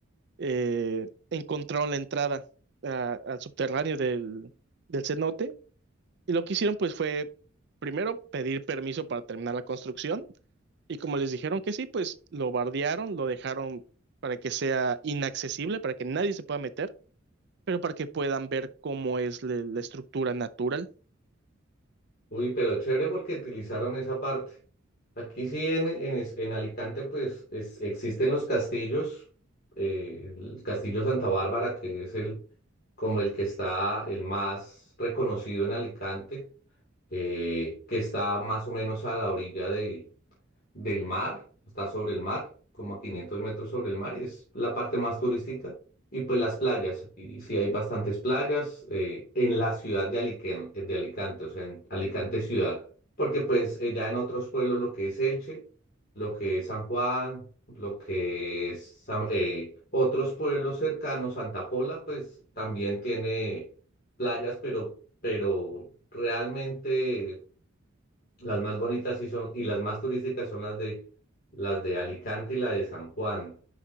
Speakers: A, on the right (about 55°); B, on the left (about 50°).
A: eh, encontraron la entrada a- al subterráneo del, del cenote. Y lo que hicieron pues fue primero pedir permiso para terminar la construcción. Y como les dijeron que sí, pues lo bardearon, lo dejaron para que sea inaccesible, para que nadie se pueda meter, pero para que puedan ver cómo es la la estructura natural.
B: Uy, pero chévere porque utilizaron esa parte. Aquí sí, en, en, es- en Alicante, pues es- existen los castillos, eh, el Castillo Santa Bárbara, que es el, como el que está el más reconocido en Alicante, eh, que está más o menos a la orilla de, del mar, está sobre el mar, como a 500 metros sobre el mar, y es la parte más turística. Y pues las playas, aquí sí hay bastantes playas eh, en la ciudad de Alicante, de Alicante, o sea, en Alicante ciudad, porque pues eh, ya en otros pueblos lo que es Elche, lo que es San Juan, lo que es San- eh, otros pueblos cercanos, Santa Pola, pues también tiene playas, pero, pero realmente las más bonitas sí son, y las más turísticas son las de las de Alicante y la de San Juan.